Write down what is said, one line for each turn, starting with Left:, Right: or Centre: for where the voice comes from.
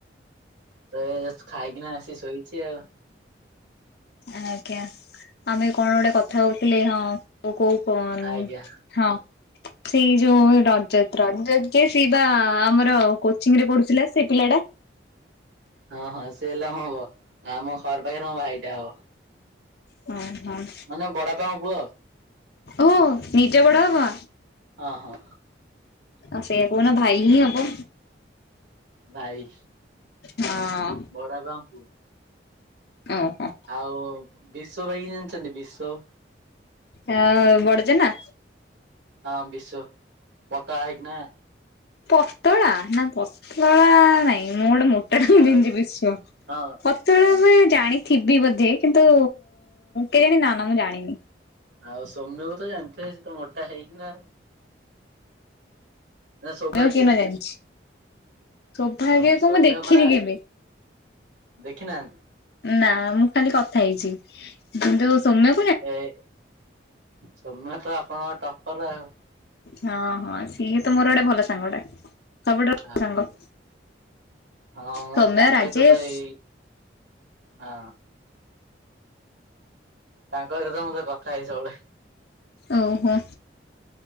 Right: ତ ଏ ଖାଇକିନା ଆସି ଶୋଇଛି ଆଉ।
Left: ଆଜ୍ଞା ଆମେ କଣ ଗୋଟେ କଥା ହଉଥିଲେ ହଁ କୋ କୋଉ କଣ
Right: ଆଜ୍ଞା
Left: ହଁ। ସେଇ ଯୋଉ ରଜତ ରଜତ ଯେ ସେ ବା ଆମର କୋଚିଂ ରେ ପଢୁଥିଲା ସେ ପିଲା ଟା।
Right: ହଁ ହଁ ସେ ହେଲା ହବ ଆମ ଘର ପାଖରେ ମୋ ଭାଇଟା ହବ।
Left: ହଁ ହଁ।
Right: ମାନେ ବଦବାପଙ୍କ ପୁଅ ଆଉ।
Left: ଓ ନିଜ ବଡ ବାପା?
Right: ହଁ ହଁ।
Left: ଆଉ ସେଇଆ କଉନ ଭାଇ ହିଁ ହବ।
Right: ଭାଇ
Left: ହଁ
Right: ବଡାପା ଙ୍କ ପୁଅ।
Left: ଓହୋ।
Right: ଆଉ ବିଷ ଭାଇ କି ଜାଣିଛନ୍ତି ବିଷ।
Left: ଆ ବଡଜେନା।
Right: ହଁ ବିଶ୍ୱ ପତଳା ହେଇକିନା।
Left: ପତଳା ନା ପତଳା ନାଇଁ ମୁଁ ଗୋଟେ ମ <unintelligible>
Right: ଆଉ
Left: ବିଶ୍ଵ
Right: ହଁ
Left: ପ ସେତେବେଳେ ମୁଁ ଜାଣିଥିବି ବୋଧେ କିନ୍ତୁ କେ ଜାଣି ନା ନା ମୁଁ ଜାଣିନି।
Right: ଆଉ ସୌମ୍ୟକୁ ତ ଜାଣିଥିବେ ସେ ତ ମୋଟା ହେଇକି ନା। ନା ସୌଭାଗ୍ୟ
Left: ଆଉ କିଏ
Right: ଭାଇ
Left: ନ ଜାଣିଛି
Right: ସିଏ।
Left: ସୌଭାଗ୍ୟକୁ
Right: ହଁ ସୌମ୍ୟ
Left: ମୁଁ ଦେଖିନି
Right: କଡା
Left: କେବେ।
Right: ଦେଖିନାହାନ୍ତି
Left: ନା ମୁଁ ଖାଲି କଥା ହେଇଛି କିନ୍ତୁ ସୌମ୍ୟ
Right: ଏଇ ସୌମ୍ୟ ତ ଆପଣଙ୍କ ଟପର ରେ ଆଉ।
Left: ହଁ ହଁ ସିଏ ତ ମୋର ଗୋଟେ ଭଲ ସାଙ୍ଗ ଟା ସବୁଠାରୁ ଭଲ
Right: ହଁ
Left: ସାଙ୍ଗ।
Right: ହଁ ମୁଁ
Left: ସୌମ୍ୟ
Right: ତାଙ୍କ
Left: ରାଜେଶ
Right: ସହିତ ତ ଏଇ ହଁ। ତାଙ୍କ ଘରେ ତ ମୁଁତ କଥା ହେଇ ସବୁବେଳେ।
Left: ଓହୋ